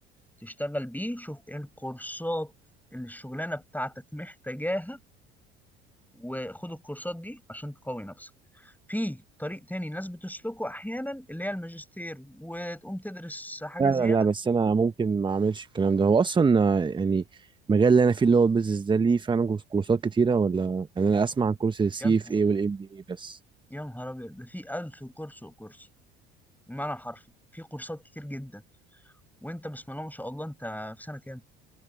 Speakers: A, in the centre; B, on the right.
A: تشتغل بيه شوف ايه الكورسات اللي الشغلانه بتاعتك محتاجاها وخد الكورسات دي عشان تقوي نفسك في طريق تاني الناس بتسلكه احيانا اللي هي الماجستير وتقوم تدرس حاجه
B: لا
A: زياده
B: لا لا بس انا ممكن ما اعملش الكلام ده هو اصلا آه، يعني المجال اللي انا فيه اللي هو البيزنس ده ليه فعلا كورسات كتيره ولا يعني انا اسمع عن كورس السي
A: يا نهار
B: اف اي
A: أبيض،
B: والام بي اي بس
A: يا نهار ابيض ده في الف كورس وكورس بمعنى حرفي في كورسات كتير جدا وانت بسم الله ما شاء الله انت في سنه كام